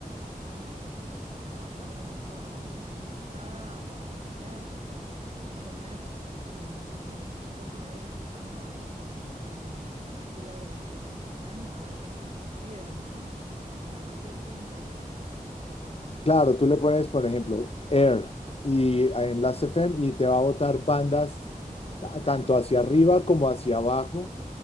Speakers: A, on the right (about 45°); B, on the left (about 45°).
A: a, a trabajar de nuevo concentrada con EAR, que es lo que decidí poner, y, y después me voy a ir fijando a ver si, si exploro este Last.fm, a ver qué me sugiere, ¿no? porque me pareció súper interesante el dato, así que,
B: Claro, tú le pones, por ejemplo, Air y en las FM y te va a botar bandas ta-
A: claro,
B: tanto hacia arriba como hacia abajo